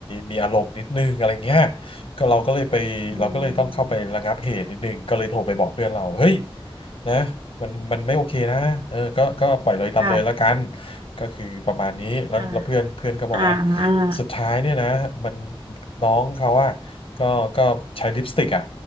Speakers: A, on the left (about 75°); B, on the right (about 60°).
A: มีอารมณ์นิดนึงอะไรเงี้ยก็เราก็เลยไปเราก็เลยต้องเข้าไประงับเหตุนิดนึงก็เลยโทรไปบอกเพื่อนเราเฮ้ย
B: อืม
A: นะมันมันไม่โอเคนะเออก็ก็ปล่อยเลยตามเลยละกัน
B: ค่ะ
A: ก็คือประมาณนี้แล้วแล้วเพื่อนเพื่อนก็บอกว่า
B: ค่ะอ่า
A: สุดท้ายเนี่ยนะมันน้องเขาอะก็ก็ใช้ลิปสติกอะ